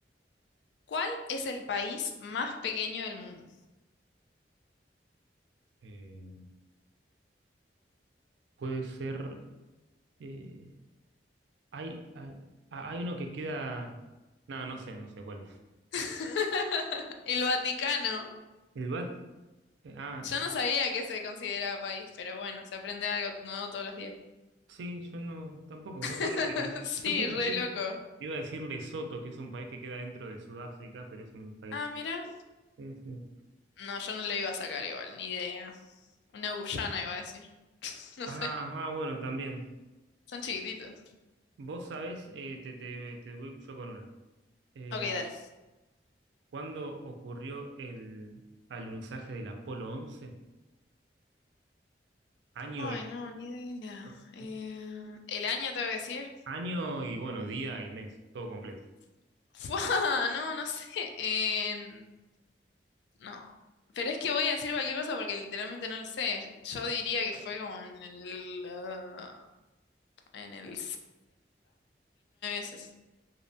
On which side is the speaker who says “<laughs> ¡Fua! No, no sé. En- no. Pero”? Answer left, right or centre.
Left